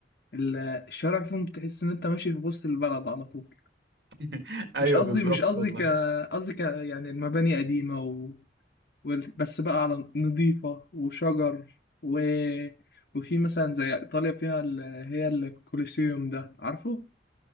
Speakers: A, on the left; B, on the right.
A: ال- الشوارع فيهم بتحس ان انت ماشي في وسط البلد على طول
B: <laughs> ايوه
A: مش قصدي
B: بالظبط
A: مش قصدي
B: والله
A: ك قصدي ك يعني المباني قديمة و... وال- بس بقى على نظيفة وشجر و... وفي مثلا زي ايطاليا فيها ال... هي الكوليسيوم ده عارفه